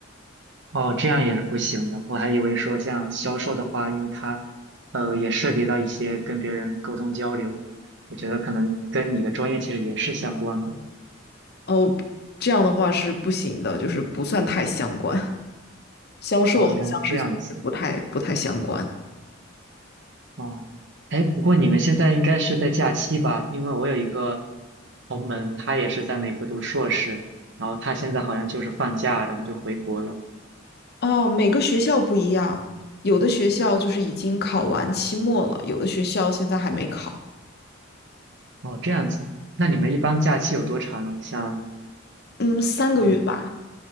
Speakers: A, on the right; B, on the left.
A: 哦，这样也是不行的。我还以为说像销售的话，因为它，呃，也涉及到一些跟别人沟通交流，我觉得可能跟你的专业其实也是相关的。
B: 哦，这样的话是不行的，就是不算太相关。销售好像是就是不太不太相关。
A: 哦，原来这样子。哦，哎，不过你们现在应该是在假期吧？因为我有一个同门，他也是在美国读硕士，然后他现在好像就是放假，然后就回国了。
B: 哦，每个学校不一样，有的学校就是已经考完期末了，有的学校现在还没考。
A: 哦，这样子。那你们一般假期有多长呢？像，
B: 嗯，三个月吧。
A: 嗯，